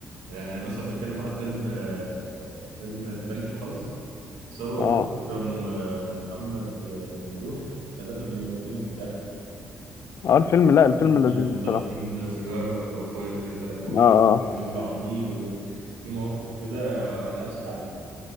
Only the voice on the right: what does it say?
يعني مثلا بتكلم على فيلم آه، فيلم البنك الحظ ثروت
وإكرم و- ومحمد آه، ممدوح الثلاثة بيموتوني من الضحك
كنت-
هم كانوا
ضاربين
سيجارة في في- في البلكونة
وبيقابلوا عميل وفي مواقف كده ملهاش حل